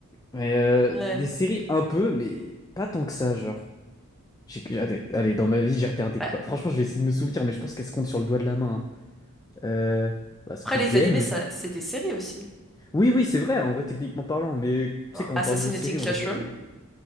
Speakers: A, on the left; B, in the centre.
A: Mais euh,
B: oui. Ouais.
A: des séries un peu, mais pas tant que ça, genre. J'ai- j'ai- Allez, allez, dans ma vie, j'ai regardé
B: Bah,
A: quoi? Franchement, je vais essayer de me souvenir, mais je pense qu'elle se compte sur le doigt de la main. hein. Euh, bah, Squid
B: après, les
A: Game.
B: animés, ça, c'est des séries aussi.
A: Oui, oui, c'est vrai, en vrai, techniquement parlant, mais tu
B: Genre,
A: sais, quand
B: Assassinating
A: on parle de série, on
B: Classroom,
A: va dire. Euh,